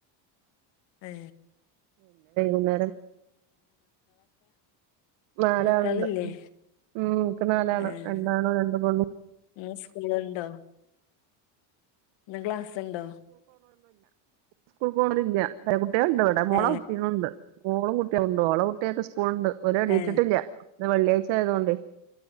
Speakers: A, on the left; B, on the right.
A: ഏ
B: ഉ <inaudible> നാലാളുണ്ട്
A: മക്കളില്ലേ
B: ഉം ഇക്ക് നാലാള
A: ഏഹ്
B: രണ്ടാണും രണ്ട് പെണ്ണും
A: ഇന്ന് സ്കൂളുണ്ടോ ഇന്ന് ക്ലാസ് ഉണ്ടോ
B: സ്കൂൾ പോണതില്ല കുട്ടികളുണ്ട് ഇവിടെ മോൾടെ
A: ഏ
B: കുട്ടികളുണ്ട് മോളും കുട്ടികളും ഉണ്ട് ഓൾടെ കുട്ടിയൊക്കെ സ്കൂ- പോണ് ഇണ്ട് ഓര് എണീട്ടിട്ടില്ല
A: ഏ
B: ഇന്ന് വെള്ളിയാഴ്ച ആയതോണ്ട്